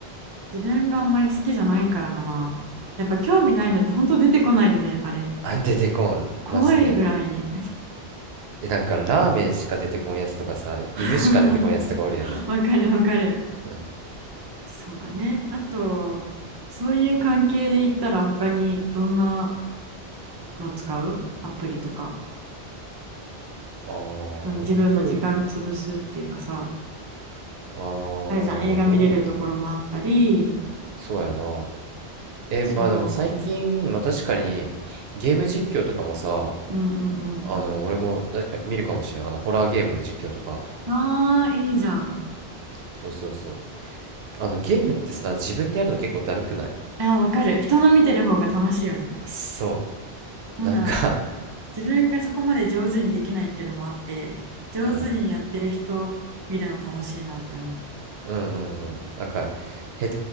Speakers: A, on the right (about 35°); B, on the right (about 70°).
A: 自分があんまり好きじゃないからかな。やっぱ興味ないのって本当出てこないよね、あれ。
B: あ出てこんマジで
A: 怖いぐらいに。
B: えなんかラーメンしか出てこんやつとかさ犬しか出てこんやつとかおるやな
A: <laughs> わかるわかる。
B: うん
A: そうだね。あと、そういう関係で言ったら他にどんなの使うアプリとか。
B: あーアプリ
A: 自分の時間潰すっていうかさ、
B: あーどうだろう
A: あれじゃん、映画見れるところもあったり、
B: そうやなえ、
A: そ
B: まあでも最近、まあ確かにゲーム実況とかもさ、
A: う、うんうん
B: あの、俺も確か見るかもしれない。あの、ホラーゲームの実況とか。
A: うん。ああ、いいじゃん。
B: そうそうそう。あの、ゲームってさ、自分でやるの結構だるくない
A: いや、わかる。人の見てる方が楽しいよね。
B: そ
A: なんだろう。
B: う。なんか
A: 自分がそこまで上手にできないっていうのもあって、上手にやってる人見るの楽しいなって思う。
B: <laughs> うん。うんうんうん。なんか、下